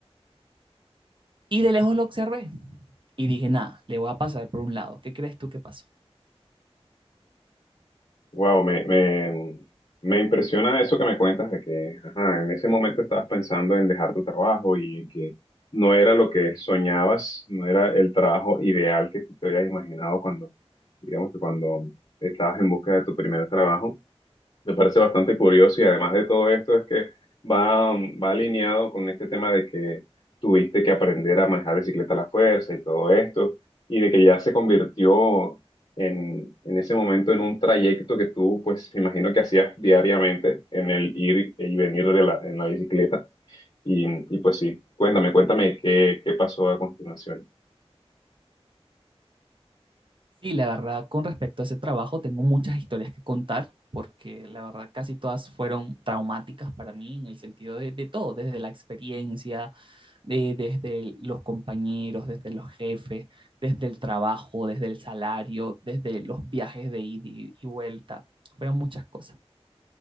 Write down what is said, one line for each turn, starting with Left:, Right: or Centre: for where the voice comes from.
Right: Y de lejos lo observé y dije, nada, le voy a pasar por un lado. ¿Qué crees tú que pasó?
Left: Wow, me, me, me impresiona eso que me cuentas de que, ajá, en ese momento estabas pensando en dejar tu trabajo y en que no era lo que soñabas, no era el trabajo ideal que tú te habías imaginado cuando, digamos que cuando estabas en busca de tu primer trabajo. Me parece bastante curioso y además de todo esto es que va, mm, va alineado con este tema de que tuviste que aprender a manejar bicicleta a la fuerza y todo esto y de que ya se convirtió en, en ese momento en un trayecto que tú pues me imagino que hacías diariamente en el ir y venir de la, en la bicicleta y, y pues sí, cuéntame, cuéntame qué, qué pasó a continuación.
Right: Sí, la verdad, con respecto a ese trabajo, tengo muchas historias que contar, porque la verdad casi todas fueron traumáticas para mí en el sentido de, de todo, desde la experiencia, de- desde los compañeros, desde los jefes, desde el trabajo, desde el salario, desde los viajes de ida y y vuelta, fueron muchas cosas.